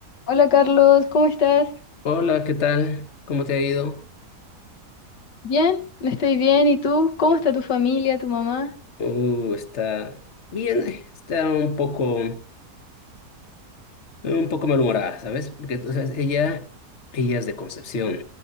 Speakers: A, on the left; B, on the left.
A: Hola Carlos, ¿cómo estás?
B: Hola, ¿qué tal? ¿Cómo te ha ido?
A: Bien, estoy bien. ¿Y tú? ¿Cómo está tu familia, tu mamá?
B: Uh, está bien, eh, está un poco, un poco malhumorada, ¿sabes? Porque o sea, ella, ella es de Concepción,